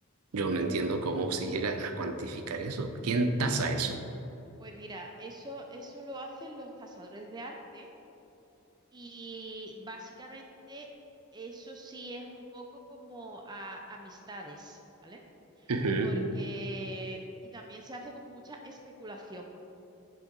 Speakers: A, on the right (about 90°); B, on the right (about 20°).
A: yo no entiendo cómo se llega a cuantificar eso. ¿Quién tasa eso?
B: pues mira, eso, eso lo hacen los tasadores de arte Y básicamente eso sí es un poco como a- amistades, ¿vale?
A: Ujú,
B: Porque, y también se hace como mucha especulación,